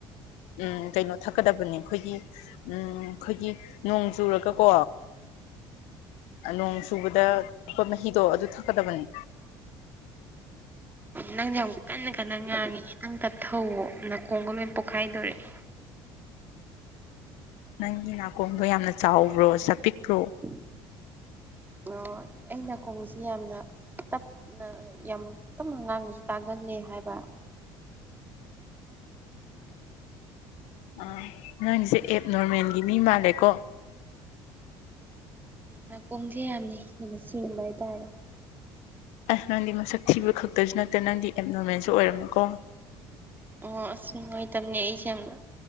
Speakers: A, on the left; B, on the right.
A: ꯎꯝ ꯀꯩꯅꯣ ꯊꯛꯀꯗꯕꯅꯦ ꯑꯩꯈꯣꯏꯒꯤ ꯎꯝ ꯑꯩꯈꯣꯏꯒꯤ ꯅꯣꯡ ꯆꯨꯔꯒꯀꯣ ꯅꯣꯡ ꯁꯨꯕꯗ ꯊꯄ ꯃꯍꯤꯗꯣ ꯑꯗꯨ ꯊꯛꯀꯗꯕꯅꯤ
B: ꯅꯪꯁꯨ ꯌꯥꯝ ꯀꯟꯅ ꯀꯟꯅ ꯉꯥꯡꯉꯦ ꯅꯪ ꯇꯠꯊꯧꯧꯋꯣ ꯅꯥꯀꯣꯡꯒ ꯂꯣꯏ ꯄꯣꯛꯈꯥꯏꯗꯣꯔꯛꯑꯦ
A: ꯅꯪꯒꯤ ꯅꯥꯀꯣꯡꯗꯣ ꯌꯥꯝꯅ ꯆꯥꯎꯕ꯭ꯔꯣ ꯆꯄꯤꯛꯄ꯭ꯔꯣ
B: <inaudible> ꯑꯣ ꯑꯩꯅ ꯅꯀꯣꯡꯁꯤ ꯌꯥꯝꯅ ꯇꯞꯅ ꯌꯥꯝ ꯈꯤꯇꯪ ꯍꯉꯥꯡꯕꯁꯨ ꯇꯥꯒꯜꯂꯦ ꯍꯥꯏꯕ
A: ꯑ ꯅꯪꯒꯤꯁꯦ ꯑꯦꯞ ꯅꯣꯔꯃꯦꯜꯒꯤ ꯃꯤ ꯃꯥꯜꯂꯦꯀꯣ
B: ꯅꯥ ꯀꯣꯡꯁꯦ ꯌꯥꯝꯅ ꯍꯦꯟꯅ ꯆꯤ ꯊꯤꯡꯥꯏꯗꯔꯣ
A: ꯑꯁ ꯅꯪꯗꯤ ꯃꯁꯛ ꯊꯤꯕ ꯈꯛꯇꯁꯨ ꯅꯠꯇꯦ ꯅꯪꯗꯤ ꯑꯦꯞ ꯅꯣꯔꯃꯦꯜꯁꯨ ꯑꯣꯏꯔꯝꯃꯦꯀꯣ
B: ꯑꯣ ꯑꯁ ꯅꯨꯡꯉꯥꯏꯇꯕꯅꯦ ꯑꯩꯁꯦ ꯌꯥꯝꯅ